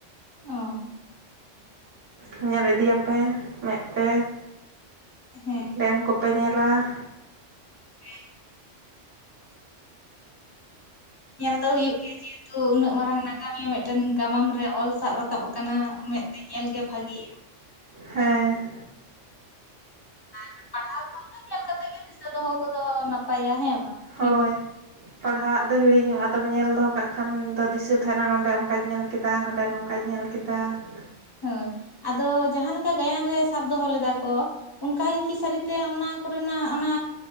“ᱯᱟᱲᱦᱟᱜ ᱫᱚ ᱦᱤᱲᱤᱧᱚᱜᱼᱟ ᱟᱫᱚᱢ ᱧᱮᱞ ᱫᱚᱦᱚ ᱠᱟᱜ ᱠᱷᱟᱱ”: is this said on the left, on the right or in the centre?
Right